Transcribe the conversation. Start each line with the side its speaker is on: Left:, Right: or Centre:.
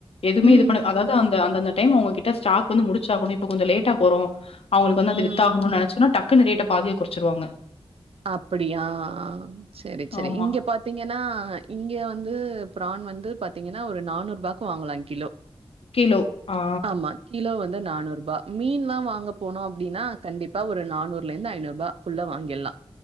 Left: எதுமே
Right: ம்
Left: இது பண்ண
Right: ம்
Left: அதாவ்து அந்த அந்தந்த டைம் அவ்ங்கக்கிட்ட ஸ்டாக் வந்து முடிச்சாகணு இப்ப கொஞ்ச லேட்டா போறோ அவ்ங்களுக்கு வந்து அது வித்தாகணு
Right: ம்.
Left: நெனைச்சோனா டக்குனு ரேட்ட பாதியா கொறச்சிருவாங்க
Right: அப்டியா செரி செரி
Left: ஆமா.
Right: இங்கப் பாத்தீங்கனா இங்க வந்து பிரான் வந்து பாத்தீங்கனா ஒரு நானூறுபாக்கு வாங்கலா கிலோ
Left: கிலோ ஆ
Right: ஆமா. கிலோ வந்து நானூறுபா மீன்லா வாங்க போனோ அப்டினா கண்டிப்பா ஒரு நானூறுலருந்து ஐநூறுபா ஃபுல்லா வாங்கிர்லா